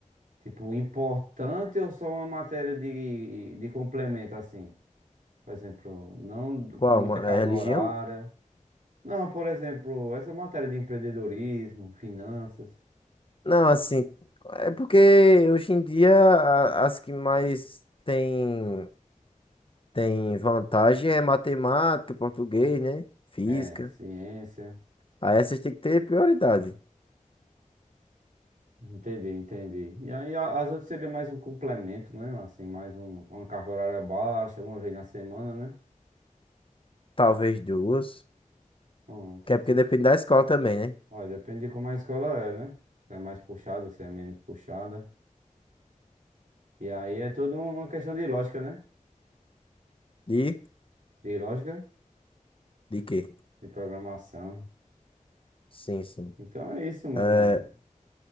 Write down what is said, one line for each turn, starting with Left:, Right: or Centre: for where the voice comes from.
Right: Tipo, importante ou só uma matéria de, de complemento, assim? Por exemplo, não
Left: Qual?
Right: com muita
Left: Uma,
Right: carga
Left: é religião?
Right: horária. Não, por exemplo, essa matéria de empreendedorismo, finanças,
Left: Não, assim, é porque hoje em dia a- as que mais tem. Tem vantagem é matemática, português, né? Física.
Right: é, ciência.
Left: Aí essas tem que ter prioridade.
Right: Entendi, entendi. E aí a- as outras seria mais um complemento, né? Assim, mais um, uma carga horária baixa, uma vez na semana, né?
Left: Talvez duas.
Right: Hum, tu
Left: Que é porque depende da escola também, né?
Right: Olha, depende de como a escola é, né? Se é mais puxada, se é menos puxada. E aí é toda uma questão de lógica, né?
Left: De,
Right: De lógica.
Left: de quê?
Right: de programação.
Left: Sim, sim.
Right: Então é isso, meu
Left: É,
Right: mano.